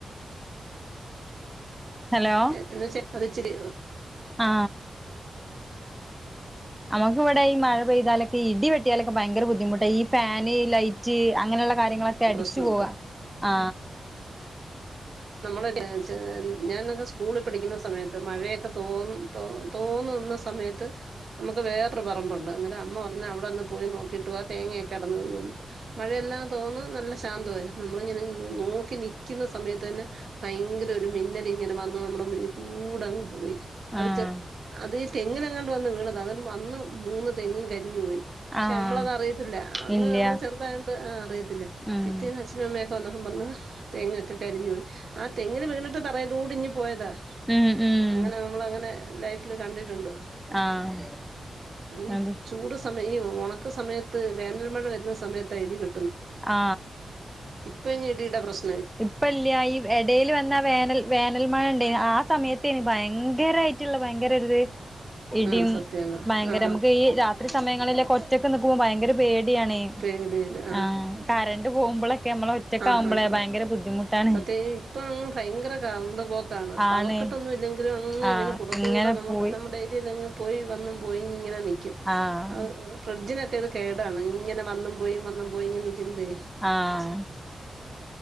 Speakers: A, in the centre; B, on the right (about 55°).
A: ഹലോ
B: എന്ന് വെച്ചാ അത് ഇച്ചിരി
A: ആ നമക്ക് ഇവടെ ഈ മഴ പെയ്താലക്കെ ഇടി വെട്ടിയാലക്കെ ഭയങ്കര ബുദ്ധിമുട്ടാ ഈ ഫാന് ലൈറ്റ് അങ്ങനെള്ള കാര്യങ്ങളൊക്കെ അടിച്ചു
B: പ്രശ്നമുണ്ട്
A: പോവാ ആ
B: നമ്മള് ചെ ഞാനൊക്കെ സ്കൂളിൽ പഠിക്കുന്ന സമയത്ത് മഴയൊക്കെ തോന്ന് തോന്ന് സമയത്ത് അമ്മക്ക് വേറൊരു പറമ്പുണ്ട്. അന്നേരം അമ്മ പറഞ് അവടൊന്ന് പോയി നോക്കീട്ട് വാ തേങ്ങെക്കെ അടന്ന് വീഴുവെന്ന് മഴേ എല്ലാം തോന്നു നല്ല ശാന്തമായിരുന്നു. നമ്മള് ഇങ്ങനെ നോക്കി നിക്ക്ന്ന സമയത്ത് തന്നെ ഭയങ്കര ഒരു മിന്നലിങ്ങനെ വന്ന് നമ്മുടെ മുന്നികൂടങ്ങ് പോയി. അത്
A: ആഹ്
B: തെ അത് ഈ തെങ്ങിനെങ്ങാണ്ട് വന്ന് വീണതാ. അന്നിട്ട് വന്ന് മൂന്ന് തെങ്ങും കരിഞ്ഞു പോയി. പക്ഷെ
A: ആഹ്
B: അമ്മളത് അറിയത്തില്ല. അന്ന്
A: ഇല്ല
B: നമ്മള് ചെറ്തായോണ്ട് ആ അറിയത്തില്ല.
A: ഉം
B: പിറ്റേന്ന് അച്ഛനും അമ്മയൊക്കെ വന്നപ്പം മ്മളെ തെങ്ങൊക്കെ കരിഞ്ഞു പോയി. ആ തെങ്ങിന് വീണിട്ട് തറയിലൂടിഞ്ഞ് പോയതാ.
A: ഉം ഉം
B: അങ്ങനെ നമ്മള് അങ്ങനെ ലൈഫില് കണ്ടിട്ടുണ്ട്. <unintelligible>
A: ആഹ്
B: ഈ
A: അത്
B: ഒണക്ക് സമയത്ത് വേനൽമഴ വര്ന്ന സമയത്താ ഇടിവെ
A: ആ
B: ഇപ്പ ഞ്ഞിടിടെ പ്രശ്
A: ഇപ്പല്ല്യാ. ഈ എടേല് വന്ന വേനൽ വേനൽ മഴണ്ടായ്നു. ആ സമയത്തേന് ഭയങ്കര രായിറ്റ്ള്ള ഭയങ്കരൊര്ത് ഇടിയും
B: ആ സത്യാണ്
A: ഭയങ്കര
B: ആ
A: മ്മക്ക് ഈ രാത്രി സമയങ്ങളിലൊക്കെ ഒറ്റ നിക്കുമ്പോ ഭയങ്കര പേട്യണെ
B: പേടി വരും
A: ആ കറന്റ് പോമ്പളൊക്കെ നമ്മളൊറ്റക്കാവുമ്പളെ
B: ആ ഹാ ഹാ
A: ഭയങ്കര ബുദ്ധിമുട്ടാണ്.
B: സത്യ ഇ ഇപ്പ അങ്ങ് ഭയങ്കര കരണ്ട് പോക്കാണ്. പവർകട്ടൊന്നുല്ലെങ്കിലും
A: ആണ്
B: അങ്ങ്
A: ആഹ്
B: ങ്ങനെ കൂട
A: ഇങ്ങനെ
B: കൂടെ.
A: പോയി
B: മടെ നമ്മുടെ ഏര്യേലങ് പോയി വന്നും പോയിങ്ങനെ നിക്കും
A: ആഹ്
B: അവ് ഫ്രിഡ്ജ്നൊ- ക്കത് കേടാണ് ഇങ്ങനെ വന്നും പോയി വന്നും പോയി ഇങ്ങെനെ നിക്ക്‌ന്നതേ.
A: ആഹ്.